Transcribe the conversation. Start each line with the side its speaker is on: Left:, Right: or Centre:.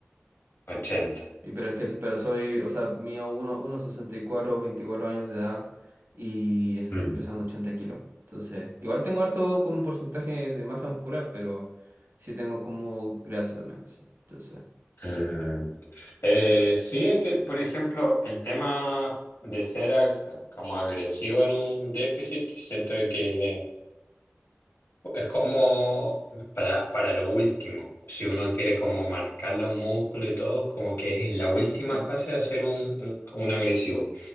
Left: 80.
Right: Y pero es que, pero soy, o sea, mío uno, uno sesenta y cuatro veinticuatro años de edad y eso,
Left: Mm,
Right: empezando 80 kilos. Entonces, igual tengo harto como porcentaje de masa muscular, pero sí tengo como grasa también, así. Entonces,
Left: mm. Eh,
Right: mm,
Left: sí, es que, por ejemplo, el tema de ser ag- como agresivo en un déficit, siento que es como para, para lo último. Si uno quiere como marcar los músculos y todo, es como que es la última
Right: sí,
Left: fase de hacer un, un, un agresivo.